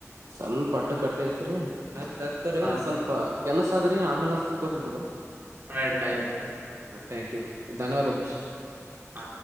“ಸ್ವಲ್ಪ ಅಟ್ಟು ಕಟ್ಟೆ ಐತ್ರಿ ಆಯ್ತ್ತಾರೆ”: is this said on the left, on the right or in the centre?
Right